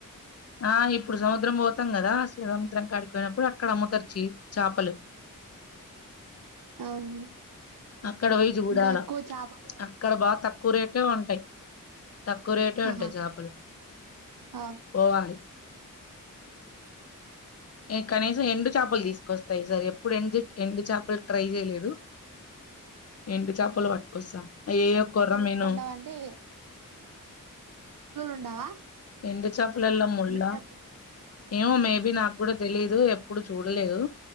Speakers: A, on the left; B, on the right.
A: ఆ ఇప్పుడు సముద్రం పోతాం కదా సముద్రం కాడికి పోయినప్పుడు అక్కడ అమ్ముతారు చి చాపలు
B: అవును
A: అక్కడ పోయి చూడాల
B: ఇంకా ఎక్కువ చేపలు
A: అక్కడ బాగా తక్కువ రేటే ఉంటాయి తక్ కువ రేటే
B: ఆహా
A: ఉంటాయి చాపలు
B: అవును
A: పోవాలి ఈ కనీసం ఎండు చేపలు తీసుకొస్తా ఈసారి ఎప్పుడు ఎండు ఎండు చేపలు ట్రై చేయలేదు ఎండు చేపల పట్టుకొస్తా అయ్యయ్యో కొర్ర
B: ముళ్ళు
A: మీను
B: ఉండవా అండి ఉండవా
A: ఎండు చాపలల్లో ముళ్ళు
B: ఎండు చేపలు?
A: ఏమో మేబి నాకు కూడా తెలీదు ఎప్పుడు చూడలేదు